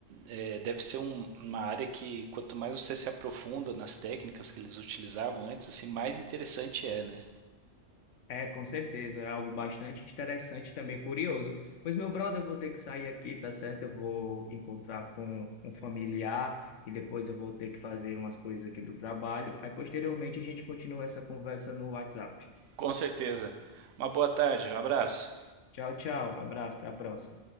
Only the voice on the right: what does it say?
é, deve ser um, uma área que quanto mais você se aprofunda nas técnicas que eles utilizavam antes, assim mais interessante é, né?
Com certeza. Uma boa tarde, um abraço.